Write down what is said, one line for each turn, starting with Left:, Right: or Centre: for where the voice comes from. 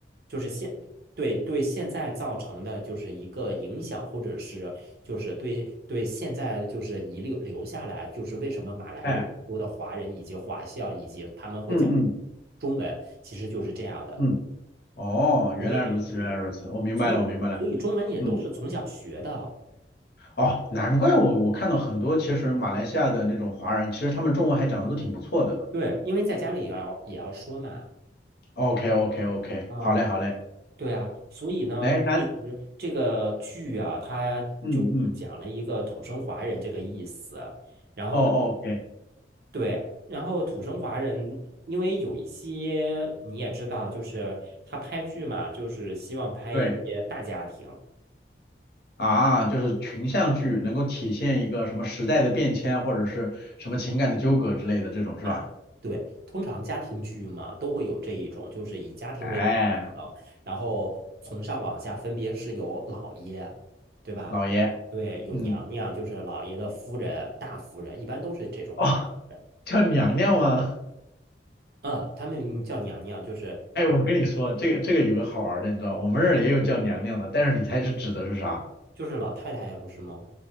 Right: 就是现对对现在造成的就是一个影响，或者是就是对对现在就是遗留留下来，就是为什么马来有那么多的华人以及华校，
Left: 哎，
Right: 以及他们会讲
Left: 嗯嗯
Right: 中文，其实就是这样的。
Left: 嗯，哦，原来如此，
Right: 对对，
Left: 原来如此，
Right: 对所以所以中文也都是从小学的，
Left: 我明白了，我明白了。嗯，哦，难怪我我看到很多其实马来西亚的那种华人，其实他们中文还讲的都挺不错的。
Right: 对，因为在家里也要也要说嘛。
Left: OK OK OK，
Right: 啊。
Left: 好嘞好嘞，
Right: 对啊，所以呢，
Left: 来那
Right: 其实这个剧啊，它就是讲了一个土生华人这个意思。
Left: 嗯嗯，
Right: 然后呢，
Left: 哦哦 OK，
Right: 对，然后土生华人，因为有一些你也知道，就是他拍剧嘛，就是希望拍一些大家庭。
Left: 对。啊，就是群像剧能够体现一个什么时代的变迁，或者是什么情感的纠葛之类的这种是吧？
Right: 啊，对，通常家庭剧嘛，都会有这一种，就是以家庭为本啊，
Left: 哎，
Right: 然后从上往下分别是有老爷，对吧？
Left: 老爷，
Right: 对，有娘娘，
Left: 嗯，
Right: 就是老爷的夫人、大夫人，一般都是这种大夫人。
Left: 哦，叫娘娘吗？
Right: 嗯，他们叫娘娘，就是大
Left: 哎，我跟你说，这个这个有个好玩的，你知道，我们这儿也有叫娘娘的，
Right: 怎么了？
Left: 但是你猜是指的是啥？
Right: 就是老太太呀，不是吗？